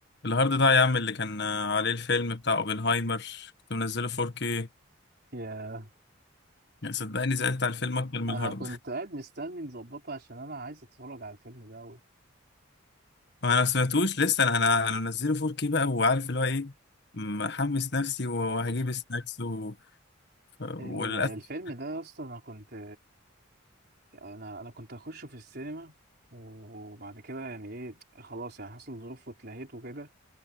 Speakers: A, on the left; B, on the right.
A: الهارد ده يا عم اللي كان آه، عليه الفيلم بتاع اوبنهايمر كنت منزله 4K
B: يا
A: يعني صدقني زعلت على الفيلم اكتر من
B: انا
A: الهارد
B: كنت قاعد مستني نظبطها عشان انا عايز اتفرج على الفيلم ده أوي.
A: <laughs> ما انا سمعتوش لسه انا انا أنا منزله 4K بقى وعارف اللي هو ايه محمس نفسي وهجيب سناكس و... ف- وللاسف
B: ال- الفيلم ده يا اسطى انا كنت انا انا كنت اخشه في السينما وبعد كده يعني ايه خلاص يعني حصل ظروف واتلهيت وكده